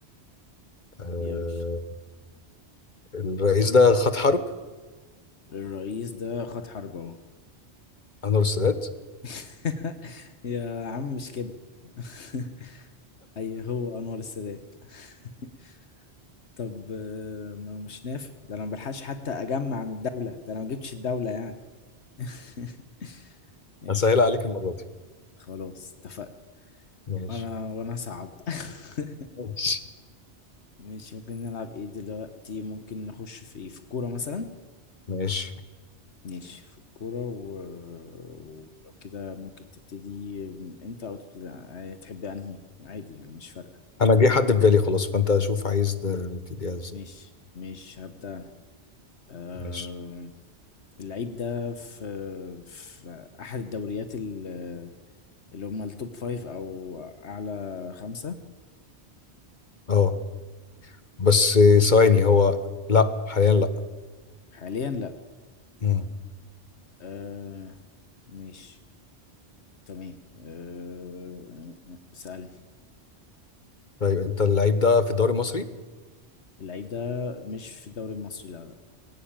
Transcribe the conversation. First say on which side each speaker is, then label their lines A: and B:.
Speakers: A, on the left; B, on the left.
A: آه
B: يلا
A: الرئيس ده خد حرب
B: الرئيس ده خد حرب اهو
A: انور السادات
B: <laughs> يا عم مش كده <laughs> اي هو انور السادات <laughs> طب آه، ما مش نافع ده انا ما بلحقش حتى اجمع من الدولة ده انا ما جبتش الدولة يعني <laughs> ماشي
A: هسهل عليك المرة دي
B: خلاص اتفقنا
A: ماشي
B: وانا وانا صعب <laughs>
A: ماشي
B: ماشي ممكن نلعب ايه دلوقتي ممكن نخش في ايه في الكورة مثلا
A: ماشي.
B: ماشي في الكورة و... ولو كده ممكن تبتدي انت او تبتدي يعني تحب انهي عادي يعني مش فارقة
A: انا جه حد في بالي خلاص فانت شوف عايز ده- نبتديها ازاي
B: ماشي ماشي هبدأ انا أه...
A: ماشي
B: اللعيب ده في في احد الدوريات ال- اللي هم التوب فايف او اعلى خمسة
A: اه بس ثواني هو لا حاليا لا
B: حاليا لا
A: مم.
B: أه... ماشي تمام أه... سألني
A: طيب انت اللعيب ده في الدوري المصري
B: اللعيب ده مش في الدوري المصري لا لا